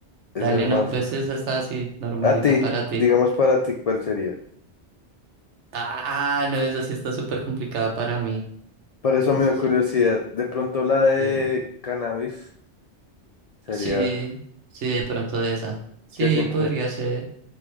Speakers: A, on the right; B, on the left.
A: Dale,
B: es hermoso.
A: no, pues esa está así, normalita
B: A ti,
A: para ti.
B: digamos para ti, ¿cuál sería?
A: Ah, no, esa sí está súper complicada para mí.
B: Por eso
A: Eso
B: me dio
A: sí.
B: curiosidad. De pronto la de
A: Sí,
B: cannabis sería
A: sí, sí, de pronto esa. Sí,
B: que siempre,
A: podría ser.